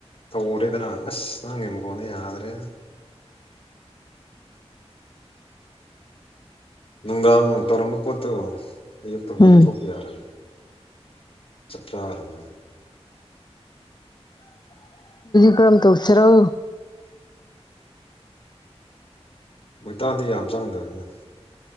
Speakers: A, on the left; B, on the left.
A: ꯇꯧꯔꯦꯗꯅ ꯑꯁ ꯅꯪꯒꯤ ꯃꯈꯣꯟꯁ‌ꯦ ꯌꯥꯗ꯭ꯔꯦꯗ ꯅꯨꯡꯗꯥꯡ ꯇꯧꯔꯝꯕ ꯄꯣꯠꯇꯣ ꯑꯌꯨꯛꯇꯕꯨ
B: ꯎꯝ
A: ꯂꯧꯊꯣꯛꯄ ꯌꯥꯔꯅꯤ ꯆꯞ ꯆꯥꯔꯝ
B: <inaudible> ꯕꯥꯝ ꯇꯧꯁꯤꯔꯣ
A: ꯃꯣꯏꯇꯥꯟꯗꯤ ꯌꯥꯝ ꯆꯪꯗꯕꯅꯦ